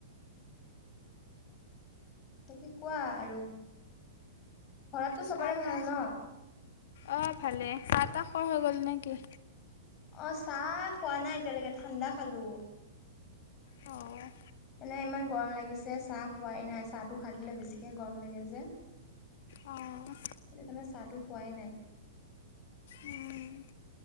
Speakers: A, on the left; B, on the left.
A: তাকে কোৱা আৰু। ঘৰততো চবৰে
B: চাহ
A: ভাল
B: তাহ,
A: ন?
B: অ', ভালে চাহ তাহ খুৱা হৈ গ'ল নে কি?
A: অ', চাহ খোৱা নাই এতিয়ালেকে ঠাণ্ডা খালো।
B: অ'।
A: মানে ইমান গৰম লাগিছে চাহ খোৱাই নাই, চাহটো খাই দিলে বেছিকে গৰম লাগে যে।
B: অ'।
A: সেইটো কাৰণে চাহটো খোৱাই নাই।
B: উম।